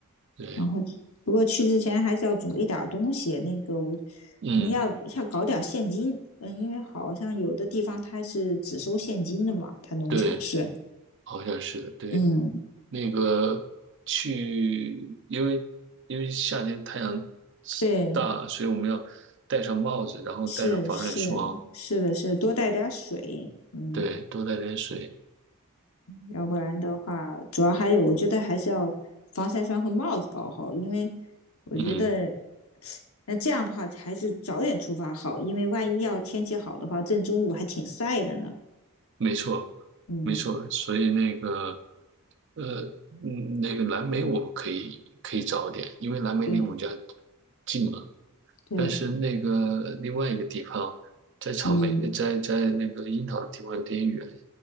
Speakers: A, on the right (about 55°); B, on the left (about 75°).
A: 对，
B: 然后不过去之前还是要准备点东西，那个我
A: 嗯，
B: 可能要要搞点现金，嗯，因为好像有的地方它是只收现金的嘛，它农场是，
A: 对，好像是的，对，
B: 嗯，
A: 那个去，因为因为夏天太阳
B: 对，
A: 大，所以我们要戴上帽子，然后戴上防晒霜，
B: 是是是的是，多带点水，嗯，
A: 对，多带点水，
B: 要不然的话，主要还有我觉得还是要防晒霜和帽子搞好，因为我觉得。
A: 嗯，
B: 那这样的话，还是早点出发好，因为万一要天气好的话，正中午还挺晒的呢。
A: 没错。
B: 嗯，
A: 没错儿所以那个呃，嗯，那个蓝莓我们可以可以早点，因为蓝莓离我们家
B: 对
A: 近嘛。
B: 对，
A: 但是那个另外一个地方，在草莓，
B: 嗯，
A: 呃在在那个樱桃的地方有点远。